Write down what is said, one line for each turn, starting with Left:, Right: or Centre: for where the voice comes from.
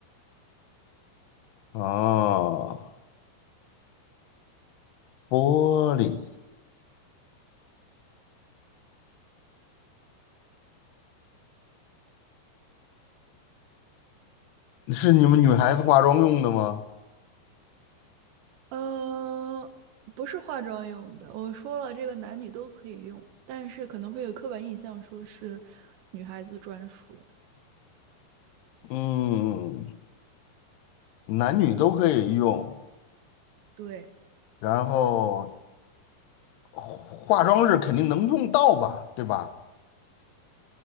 Left: 哦，玻璃是你们女孩子化妆用的吗？
Right: 呃，不是化妆用的。我说了，这个男女都可以用，但是可能会有刻板印象，说是女孩子专属。
Left: 嗯，男女都可以用，
Right: 对，
Left: 然后化妆日肯定能用到吧，对吧？